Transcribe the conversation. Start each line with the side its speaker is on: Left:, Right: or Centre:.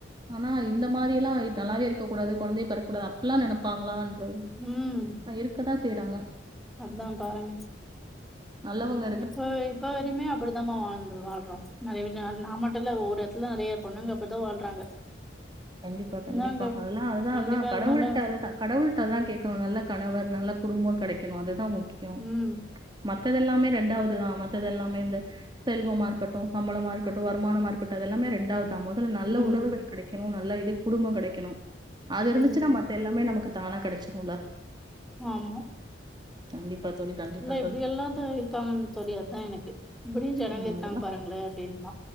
Right: ஆனா இந்த மாரிலா நல்லாவே இருக்க கூடாது கொழந்தயெ பெறக்ககூடாது அப்டில்லா நெனப்பாங்ளான் <unintelligible>
Centre: ம்
Right: இருக்கதா செய்றாங்க
Centre: அதா பாருங்க
Right: நல்லவுங்க
Centre: இப்ப இப்ப வரையுமே அப்டிதாமா வாழ்ந்துருகொ வாழ்றோ நெறய வீட்ல நா மட்டுல்ல ஒர் இடத்துல நெறய பொண்ணுங்க அப்டிதா வாழ்றாங்க
Right: கண்டிப்பா கண்டிப்பா
Centre: இந்தாங்க
Right: அதுல்லா அதுதா
Centre: கண்டிப்பா
Right: அதா கடவுள்ட்ட
Centre: இது மாரிலா
Right: அதுதா கடவுள்ட்ட அதா கேக்கணு நல்ல கணவர் நல்ல குடும்போ கெடைக்கணு அதுதா முக்கியோ
Centre: ம்
Right: மத்ததெல்லாமே ரெண்டாவதுதா மத்ததெல்லாமே இந்த செல்வமா இருக்கட்டு சம்பளமா இருக்கட்டு வருமானமா இருக்கட்டு அது எல்லாமெ ரெண்டாவது தா மொதல்ல நல்ல
Centre: ம்
Right: உறவுகள் கெடைக்கணு நல்ல இது குடும்போ கெடைக்கணு அது இருந்துச்சுன்னா
Centre: ம்
Right: மத் எல்லாமே நமக்கு தானா கெடச்சிருல
Centre: ஆமா
Right: கண்டிப்பா தோழி கண்டிப்பா
Centre: இல்ல இப்டி
Right: தோழி
Centre: எல்லா தோழி இருக்காங்கன் தோழி அதா எனக்கு இப்டியு ஜனங்க
Right: உம்
Centre: இருக்காங்க
Right: அதெல்லாம்
Centre: பாருங்கள அப்டின்தா